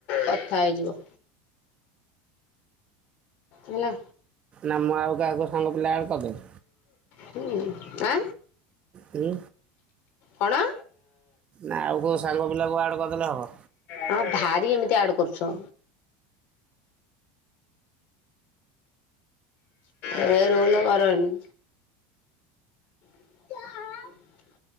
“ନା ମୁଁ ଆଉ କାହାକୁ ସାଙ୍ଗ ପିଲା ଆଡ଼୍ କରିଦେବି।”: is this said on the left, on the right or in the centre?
Right